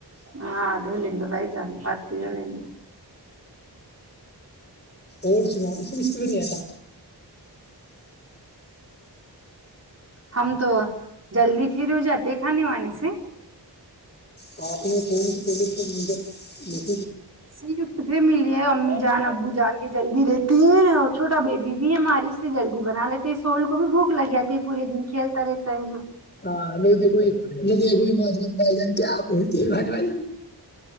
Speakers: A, on the right; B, on the left.
A: ہاں ہو لین بھائی جان پات ہو لین دو
B: اور سناؤ اس اس نہیں آتا
A: ہم تو جلدی پھر ہو جاتے کھانے وانی سے
B: ہ <unintelligible> اپنے فن پہلے تو مر <unintelligible>
A: سکت پھر ملیے امی جان ابو جان کے جلدی رہتی ہے اور چھوٹا بیبی بھی ہماری اس سے جلدی بنا لیتے ہیں سول کو بھی بھوک لگ جی ہے پورے دن کھیلتا رہتا ہے جو
B: ہاں ہلو دیکھو ہلو دیکھو ماجون بھائی جان، کیا آپ بج